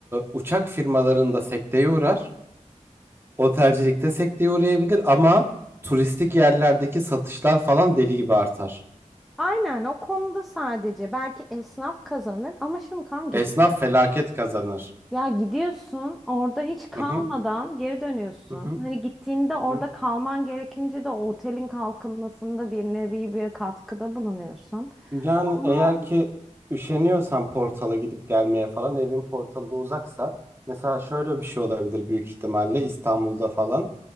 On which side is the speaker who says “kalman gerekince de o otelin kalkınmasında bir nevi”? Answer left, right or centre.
Centre